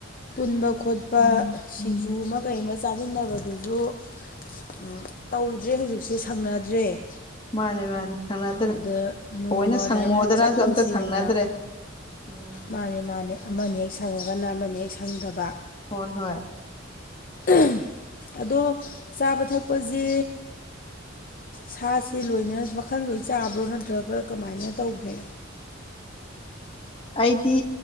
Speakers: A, on the left; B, on the left.
A: ꯄꯨꯟꯕ ꯈꯣꯠꯄ꯫ ꯁꯤꯡꯖꯨ ꯑꯃ ꯀꯩ ꯑꯃ ꯆꯥꯃꯤꯟꯅꯕꯗꯨꯁꯨ꯫ ꯎꯝ ꯇꯧꯗ꯭ꯔꯦ ꯍꯧꯖꯤꯛꯁꯦ ꯁꯪꯅꯗ꯭ꯔꯦ꯫
B: ꯃꯥꯅꯦ ꯃꯥꯅꯦ ꯁꯪꯅꯗ꯭ꯔꯦ
A: ꯑꯗ ꯅꯣꯡꯃ
B: ꯊꯧꯑꯣꯏꯅ
A: ꯑꯗꯨꯃꯥꯏꯅ
B: ꯁꯪꯉꯣꯗꯅꯁꯨ
A: ꯆꯠꯂꯨꯁꯦꯅ
B: ꯑꯝꯇ ꯁꯪꯅꯗ꯭ꯔꯦ꯫ ꯎꯝ
A: ꯃꯥꯅꯦ ꯃꯥꯅꯦ ꯑꯃꯅ ꯍꯦꯛ ꯁꯪꯉꯒꯅ ꯑꯃꯅ ꯍꯦꯛ ꯁꯪꯗꯕ꯫
B: ꯍꯣꯏ ꯍꯣꯏ꯫
A: ꯎꯝ꯫ ꯑꯗꯣ ꯆꯥꯕ ꯊꯛꯄꯁꯦ ꯁꯥꯁꯦ ꯂꯣꯏꯅ ꯃꯈꯜꯂꯣꯏ꯫ ꯂꯣꯏ ꯆꯥꯕ꯭ꯔꯣ ꯅꯠꯇ꯭ꯔꯒ ꯀꯃꯥꯏꯅ ꯇꯧꯒꯦ꯫
B: ꯑꯩꯗꯤ